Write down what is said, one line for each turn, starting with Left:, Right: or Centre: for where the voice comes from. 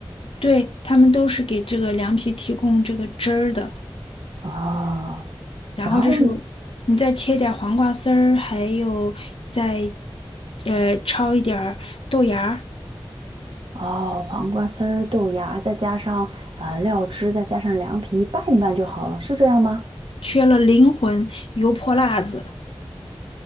Left: 对，他们都是给这个凉皮提供这个汁儿的，
Right: 哦，
Left: 然后这是
Right: 然后呢？
Left: 你再切点儿黄瓜丝儿，还有再呃焯一点儿豆芽儿，
Right: 哦，黄瓜丝儿、豆芽，再加上啊料汁，再加上凉皮，拌一拌就好了，是这样吗？
Left: 缺了灵魂油泼辣子。